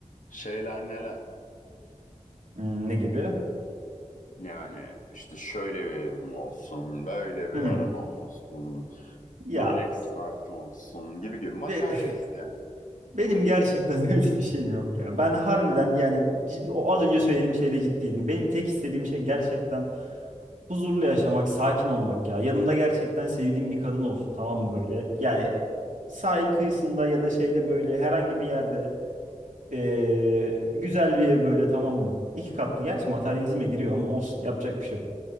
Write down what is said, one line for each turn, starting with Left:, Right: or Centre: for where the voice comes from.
Left: şeyler neler?
Right: Hmm, ne gibi?
Left: Yani işte şöyle bir evim olsun, böyle bir
Right: Hmm.
Left: arabam olsun,
Right: Ya
Left: Rolex saatim olsun gibi gibi materyalist
Right: be-
Left: yani.
Right: <laughs> benim gerçekten <laughs> öyle bir şeyim yok ya. Ben harbiden yani c- o az önce söylediğim şeyde ciddiydim. Benim tek istediğim şey gerçekten Huzurlu yaşamak, sakin olmak ya. Yanımda gerçekten sevdiğim bir kadın olsun tamam mı böyle? Yani sahil kıyısında ya da şeyde böyle herhangi bir yerde eee, güzel bir ev böyle tamam mı? İki katlı. Gerçi materyalizme giriyor ama olsun yapacak bir şey yok.